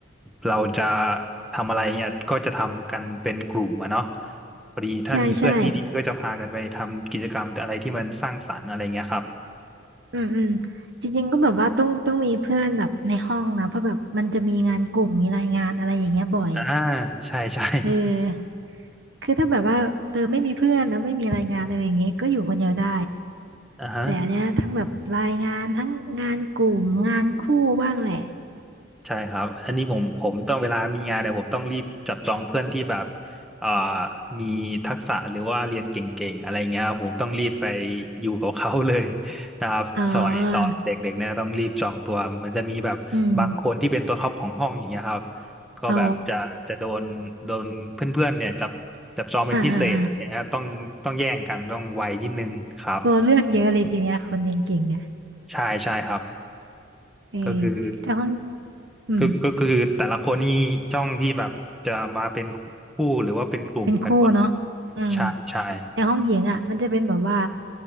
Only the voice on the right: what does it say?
ใช่ใช่ อืมอืมจริงๆก็แบบว่าต้องต้องมีเพื่อนแบบในห้องนะเพราะแบบมันจะมีงานกลุ่มมีรายงานอะไรอย่างเงี้ยบ่อย
เออคือถ้าแบบว่าเออไม่มีเพื่อนแล้วไม่มีรายงานเอออย่างเงี้ยก็อยู่คนเดียวได้
แต่อันเนี้ยทั้งแบบรายงานทั้งงานกลุ่มงานคู่บ้างแหละ
อ๋ออืม
อ๋ออ่าอ่าอ่าตัวเลือกเยอะเลยทีเนี้ยคนเรียนเก่งเนี่ย
เออ
แต่คนอืม
เป็นคู่เนาะอืม
ในห้องหญิงอ่ะมันจะเป็นแบบว่า